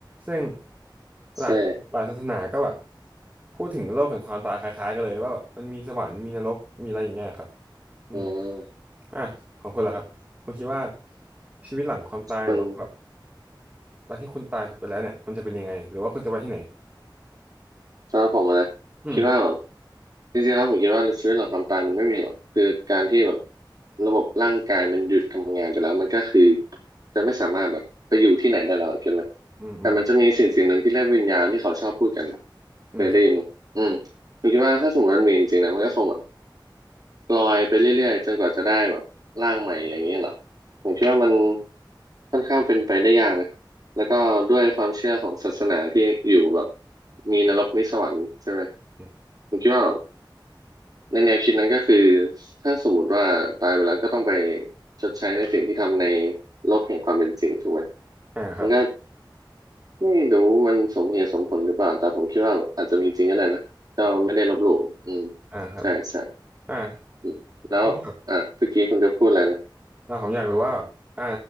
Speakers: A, on the right (about 15°); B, on the right (about 50°).
A: ซึ่งหลายหลายศาสนาก็แบบ
B: ใช่
A: พูดถึงโลกแห่งความตายคล้ายๆกันเลยว่าแบบมันมีสวรรค์มีนรกมีอะไรอย่างเงี้ยครับอืม
B: อืม
A: อ่ะของคุณล่ะครับคุณคิดว่าชีวิตหลังความตายหรือว่าแบบ
B: มัน
A: ตอนที่คุณตายไปแล้วเนี่ยมันจะเป็นยังไงหรือว่าคุณจะไปที่ไหน
B: สำหรับผมอะนะคิดว่าแบบ
A: อืม
B: จริงๆแล้วผมคิดว่าชีวิตหลังความตายมันไม่มีหรอกคือการที่แบบระบบร่างกายมันหยุดทำงานไปแล้วมันก็คือ จะไม่สามารถแบบไปอยู่ที่ไหนได้แล้วเข้าใจไหม
A: อืมอืม
B: แต่มันจะมีสิ่งสิ่งหนึ่งที่เรียกวิญญาณที่เขาชอบพูดกัน
A: อืม
B: เคยได้ยินไหมอืมผมคิดว่าถ้าสมมติมันมีจริงๆนะมันก็คงแบบ ลอยไปเรื่อยๆจนกว่าจะได้แบบร่างใหม่อย่างนี้เหรอผมคิดว่ามันค่อนข้างเป็นไปได้ยากนะแล้วก็ด้วยความเชื่อของศาสนาที่อยู่แบบมีนรกมีสวรรค์ใช่ไหม
A: อืม
B: ผมคิดว่าแบบในแนวคิดนั้นก็คือถ้าสมมติว่าตายไปแล้วก็ต้องไปชดใช้ในสิ่งที่ทำในโลกแห่งความเป็นจริงถูกไหม
A: อ่าครับ
B: มันก็ไม่รู้มันสมเหตุสมผลหรือเปล่าแต่ผมคิดว่าแบบอาจจะมีจริงก็ได้นะก็ไม่ได้ลบหลู่อืม
A: อ่าครับ
B: ใช่ใช่
A: อ่า
B: อืมแล้วอ่ะเมื่อกี้คุณจะพูดอะไรนะ
A: ครับครับอ่าผมอยากรู้ว่าแบบอ่า